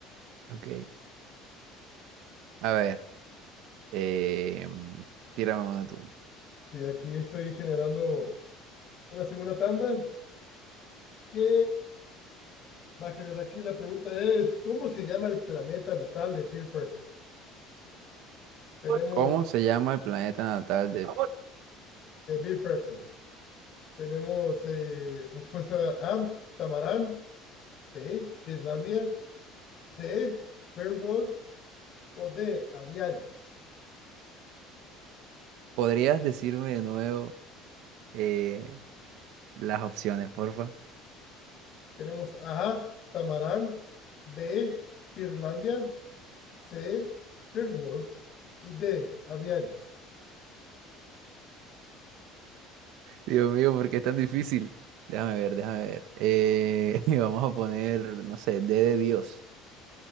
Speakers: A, on the right (about 60°); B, on the left (about 35°).
A: Ok. A ver, eh, tírame una tú.
B: Sí, aquí estoy generando una segunda tanda que va a generar aquí. La pregunta es, ¿cómo se llama el planeta natal de Bill Person? Tenemos
A: ¿Cómo se llama el planeta natal de...
B: eh, Bill Person. Tenemos eh, respuesta A, Tamarán, B, Birlandia, C, Beowulf o D, Aviaris.
A: ¿Podrías decirme de nuevo eh, las opciones, porfa?
B: Tenemos A, Tamarán, B, Birlandia, C, Beowulf y D, Aviaris.
A: Dios mío, ¿por qué es tan difícil? Déjame ver, déjame ver. Eh, <laughs> y vamos a poner, no sé, D de Dios.